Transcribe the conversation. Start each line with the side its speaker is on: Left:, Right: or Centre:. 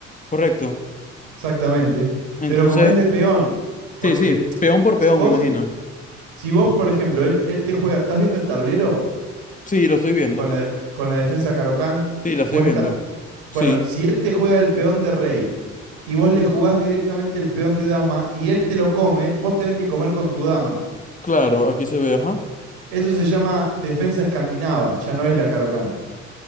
Left: ¿correcto?
Right: Exactamente.
Left: Entonces,
Right: Pero comés de peón. Porque
Left: sí, sí, peón por
Right: si
Left: peón,
Right: vos,
Left: me imagino.
Right: si vos, por ejemplo, él, él te juega, ¿estás viendo el tablero
Left: Sí, lo estoy viendo.
Right: con la, de- con la defensa Carocán
Left: Sí, la estoy
Right: puesta?
Left: viendo.
Right: Bueno,
Left: Sí,
Right: si él te juega el peón de rey y vos le jugás directamente el peón de dama y él te lo come, vos tenés que comer con tu dama.
Left: claro, aquí se ve, ajá.
Right: Eso se llama defensa escandinava, ya no es la Carocán.